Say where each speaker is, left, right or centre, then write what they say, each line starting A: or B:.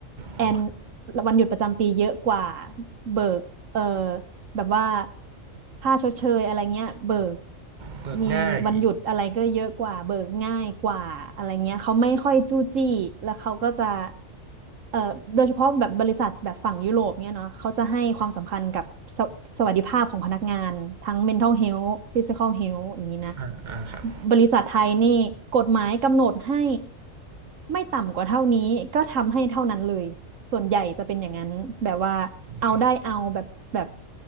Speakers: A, on the right; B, on the right.
A: แอน
B: โอเค
A: วันหยุดประจำปีเยอะกว่าเบิกเอ่อ แบบว่าค่าชดเชยอะไรเงี้ยเบิก
B: เบิกง่าย
A: มีวันหยุดอะไรก็เยอะกว่าเบิกง่ายกว่าอะไรเงี้ยเขาไม่ค่อยจู้จี้แล้วเขาก็จะเอ่อโดยเฉพาะแบบบริษัทแบบฝั่งยุโรปเนี่ยเนาะเขาจะให้ความสำคัญกับสสวัสดิภาพของพนักงานทั้ง mental health physical health อย่างนี้นะ
B: อ่าอ่าครับ
A: บริษัทไทยนี่กฎหมายกำหนดให้ไม่ต่ำกว่าเท่านี้ก็ทำให้เท่านั้นเลยส่วนใหญ่จะเป็นอย่างนั้นแบบว่าเอาได้เอาแบบแบบ
B: ครับ